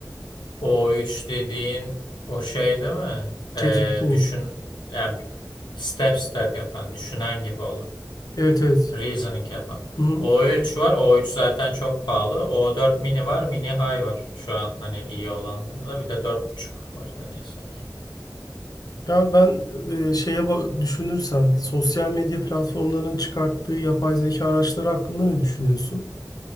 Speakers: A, on the left; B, on the left.
A: o üç dediğin o şey değil mi?
B: ChatGPT'nin.
A: Ee, düşün yani bir- step step yapan, düşünen gibi olan.
B: Evet evet.
A: Reasoning yapan.
B: Hı hı.
A: o üç var. o üç zaten çok pahalı. o dört mini var. Mini high var. Şu an hani iyi olanlarda. Bir de dört buçuk var. da Neyse.
B: Ya ben e, şeye bak düşünürsen sosyal medya platformlarının çıkarttığı yapay zeka araçları hakkında ne düşünüyorsun?